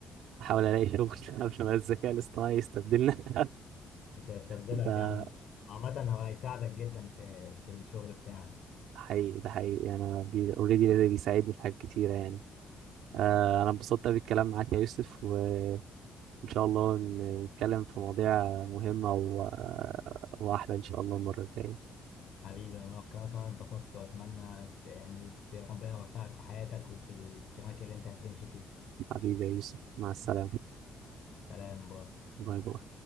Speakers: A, on the right (about 85°); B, on the left (about 60°).
A: أحاول ألاقي شغل <laughs> عشان بقى الذكاء الاصطناعي يستبدلنا <laughs>
B: مش هيستبدلك
A: ده
B: يا عم ان شاء الله عامه هو هيساعدك جدا في في الشغل بتاعك
A: حقيقي ده حقيقي يعني أنا أوريدي بيساعدني في حاجات كتيرة يعني آه، أنا انبسطت بالكلام معاك يا يوسف وإن شاء الله ن- نتكلم في مواضيع مهمة و... وأحلى إن شاء الله المرة الجاية
B: حبيبي انا انا كمان اتبسطت واتمنى يعني ت- ربنا يوفقك في حياتك وفي التراك اللي انت هتمشي فيه
A: حبيبي يا يوسف مع السلامة
B: سلام باي
A: باي باي